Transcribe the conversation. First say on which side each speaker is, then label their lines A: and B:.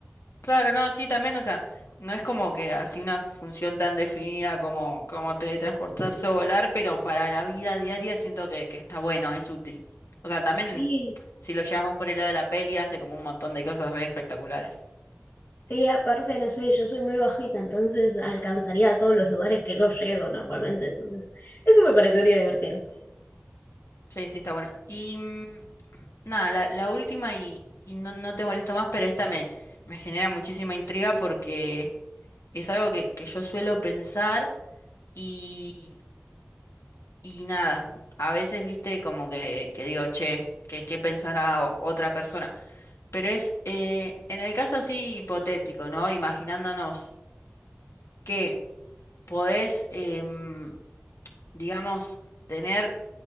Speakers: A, on the left; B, on the left.
A: Claro, no, sí, también, o sea, no es como que así una función tan definida como, como teletransportarse o volar, pero para la vida diaria siento que, que está bueno, es útil. O sea, también
B: Sí,
A: si lo llevas más por el lado de la peli, hace como un montón de cosas re espectaculares.
B: sí, aparte, no sé, yo soy muy bajita, entonces alcanzaría a todos los lugares que no llego normalmente, entonces Eso me parecería divertido.
A: Sí, sí, está bueno. Y mm, nada, la, la última, y, y no, no te molesto más, pero esta me, me genera muchísima intriga porque es algo que, que yo suelo pensar. Y Y nada, a veces viste como que, que digo, che, ¿qué, qué pensará o- otra persona? Pero es, eh, en el caso así hipotético, ¿no? Imaginándonos que podés, em, digamos, tener